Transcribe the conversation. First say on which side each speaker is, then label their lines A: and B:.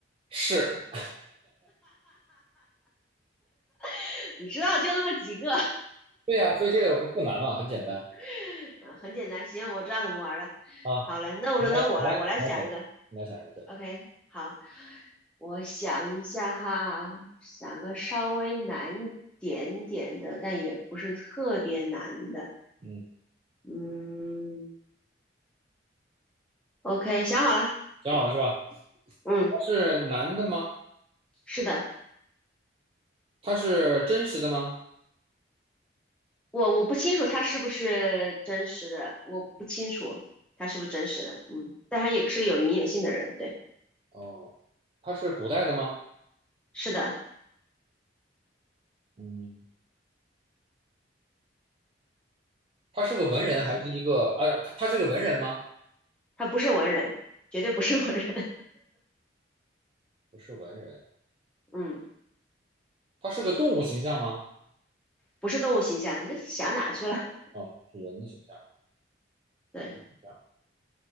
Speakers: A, on the right; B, in the centre.
A: 是，
B: <laughs> 你知道就那么几个，
A: 对呀、所以这个不不难嘛，很简单
B: <laughs> 嗯，很简单。行，我知道怎么玩了。
A: 啊。
B: 好嘞，那我轮到我了，
A: 你来，你来，
B: 我来想一个。
A: 你来想，你来想一个，对，
B: OK，好，我想一下哈，想个稍微难一点点的，但也不是特别难的。
A: 嗯，
B: 嗯，OK，想好了。
A: 讲好了是吧？
B: 嗯，
A: 它是男的吗？
B: 是的。
A: 它是真实的吗？
B: 我我不清楚他是不是真实的，我不清楚他是不是真实的，嗯，但他也是个有名有姓的人，对，
A: 哦，它是古代的吗？
B: 是的，
A: 嗯，他是个文人还是一个啊？
B: 哎
A: 他他是个文人吗？
B: 他不是文人，绝对不是文人，
A: 不是文人，
B: <laughs> 嗯，
A: 他是个动物形象吗？
B: 不是动物形象，那想哪去了？
A: 啊、是人的形象，
B: <laughs> 对，
A: 人的形象。